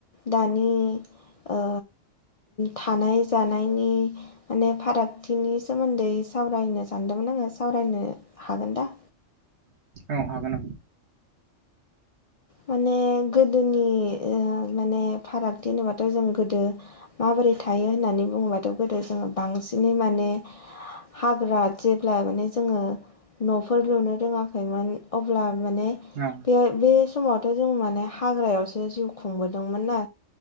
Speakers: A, on the left (about 50°); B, on the right (about 65°).
A: दानि ओ थानाय जानायनि माने फारागथिनि सोमोन्दै सावरायनो सानदोंमोन आङो सावरायनो हागोन दा?
B: औ हागोन
A: माने गोदोनि माने फारागथि होनोबाथ' जों गोदो माबोरै थायो होननानै बुङोबाथ' गोदो जोङो बांसिनै माने हाग्रा जेब्ला माने जोङो न'फोर लुनो रोङाखैमोन अब्ला माने
B: औ
A: बे बे समावथ' जों माने हाग्रायावसो जिउ खुंबोदोंमोन ना